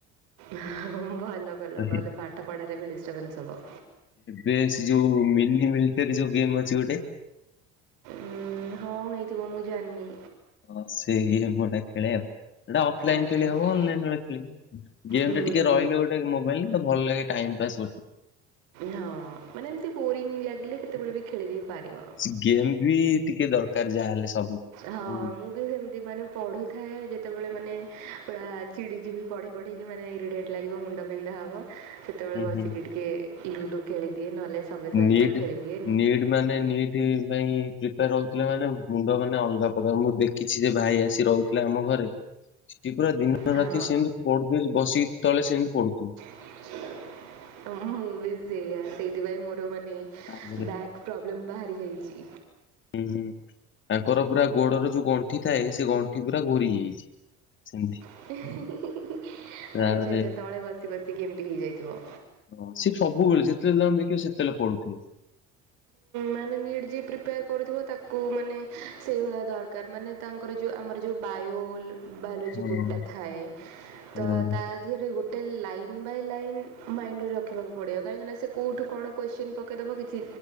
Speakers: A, on the right; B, on the left.
A: ହଁ ଭଲ କଲ
B: ତ ହେ
A: ନହେଲେ ପାଠପଢ଼ାରେ ବି ଡିଷ୍ଟ୍ରବାନ୍ସ ହବ।
B: ବେ ସେ ଯୋଉ ମିନି ମିଲିଟାରୀ ଯୋଉ ଗେମ୍ ଅଛି ଗୋଟେ
A: ଉ ହଁ ହେଇଥିବ ମୁଁ ଜାଣିନି।
B: ହଁ ସେ ଏ ମୁଁ ଏଟା ଖେଳେ ଆଉ। ଏଇଟା ଅଫଲାଇନ୍
A: ଆଚ୍ଛା
B: ଖେଳିହବ
A: ଆଚ୍ଛା
B: ଅନଲାଇନ୍ ରେ ଖେଳିହବ ଗେମ୍
A: ହୁଁ
B: ଟା ଟିକେ
A: ହୁଁ
B: ରହିଲେ ଗୋଟେ ମୋବାଇଲ୍ ରେ ସେଟା ଭଲ ଲାଗେ ଟାଇମ୍ ପାସ୍ ଗୋଟେ।
A: ହଁ ମାନେ ଏମିତି ବୋରିଂ ଲାଗିଲେ କେତେବେଳେ ବି ଖେଳିଦେଇ ପାରିବ।
B: ସେ ଗେମ୍ ବି ଟିକେ ଦରକାର ଯାହା ହେଲେ ସବୁ।
A: ହଁ
B: ହୁଁ
A: ମୁଁ ବି ସେମିତି ମାନେ ପଢୁଥାଏ ଯେତେବେଳେ ମାନେ ପୂରା ଚିଡ଼ି ଯିବି ପଢ଼ି ପଢ଼ିକି ମାନେ ଇରିଟାଇଟ୍ ଲାଗିବ ମୁଣ୍ଡ ବିନ୍ଧା ହବ ସେତେବେଳେ ବସିକି
B: ହୁଁ
A: ଟିକେ ଲୁଡୋ ଖେଳିଦିଏ ନହେଲେ ସବେ ସର୍ଫର୍
B: ନିଟ୍
A: ଖେଳିଦିଏ।
B: ନିଟ୍ ମାନେ ନି <unintelligible> ପାଇଁ ପ୍ରିପେୟାର ହୋଉଥିଲା ମାନେ ମୁଣ୍ଡ ମାନେ ଅଲଗା ପ୍ରକାର। ମୁଁ ଦେ କିଛି ଯେ ଭାଇ ଆସି ରହୁଥିଲା ଆମ ଘରେ। ସିଏ ପୁରା ଦିନ
A: ହଁ
B: ରାତି ସେମିତି ପଢୁଥିବେ ବସିକି ତଳେ ସେମିତି ପଢୁଥିବେ।
A: ହ ମୁ ବି ସେଇୟା ସେଇଥିପାଇଁ ମୋର ମାନେ
B: ତାପରେ
A: ବ୍ୟା ପ୍ରୋବ୍ଲେମ୍ ବାହାରି ଯାଇଛି।
B: ହୁଁ ହୁଁ ତାଙ୍କର ପୁରା ଗୋଡର ଯୋଉ ଗଣ୍ଠି ଥାଏ ସେ ଗଣ୍ଠି ପୁରା ଘୋରି ହେଇଯାଇଛି। ସେମିତି।
A: ଆଚ୍ଛା
B: ତାପରେ
A: ଆଚ୍ଛା ତଳେ ବସି ବସିକି ଏମିତି ହେଇଯାଇଥିବ।
B: ହଁ ସିଏ ସବୁବେଳେ ଯେତେବେଳେ ତାଙ୍କୁ ଦେଖିବ ସେତେବେଳେ ପଡୁଥିବେ।
A: ମାନେ ନିଟ୍ ଯିଏ ପ୍ରିପେୟାର କରୁଥିବ ତାକୁ ମାନେ ସେଇଭଳିଆ ଦରକାର ମାନେ ତାଙ୍କ ତାଙ୍କର ଯେଉଁ ଆମର ଯେଉଁ ବାୟୋ ବାୟୋଲୋଜି
B: ହଁ
A: ବୁକଟା ଥାଏ
B: ହଁ
A: ତ ତା ଧୀରେ ଗୋଟେ ଲାଇନ୍ ବାଇ ଲାଇନ୍ ମାଇଣ୍ଡରେ ରଖିବାକୁ ପଡ଼ିବ। କାହିଁକିନା ସେ କୋଉଠୁ କଣ କ୍ୱେଶ୍ଚିନ ପକାଇଦେବ କିଛି